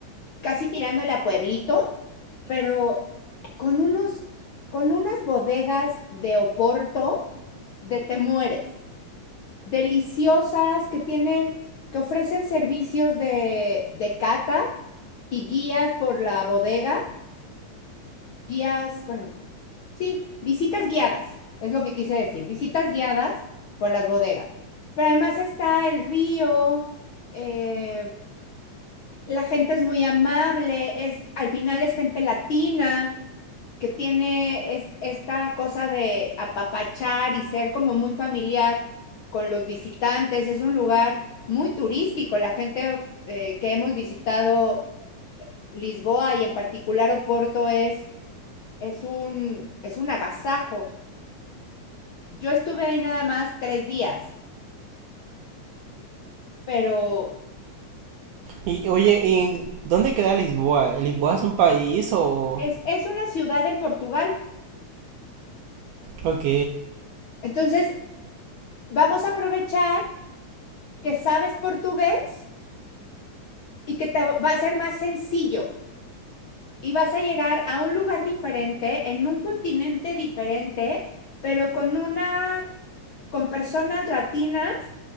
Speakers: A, on the left; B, on the right.
A: casi tirándole a pueblito, pero con unos, con unas bodegas de Oporto de te mueres. deliciosas que tienen, que ofrecen servicios de, de catas y guías por la bodega, guías, bueno, sí, visitas guiadas, es lo que quise decir, visitas guiadas por las bodegas. Pero además está el río, eh, la gente es muy amable, es, al final es gente latina, que tiene es- esta cosa de apapachar y ser como muy familiar con los visitantes. Es un lugar muy turístico. La gente eh, que hemos visitado Lisboa y en particular Oporto es, es un, es un agasajo. Yo estuve ahí nada más tres días, pero
B: Y oye, ¿y dónde queda Lisboa? ¿Lisboa es un país o...?
A: es, es una ciudad en Portugal.
B: Ok.
A: Entonces, vamos a aprovechar que sabes portugués y que te va a ser más sencillo y vas a llegar a un lugar diferente, en un continente diferente, pero con una, con personas latinas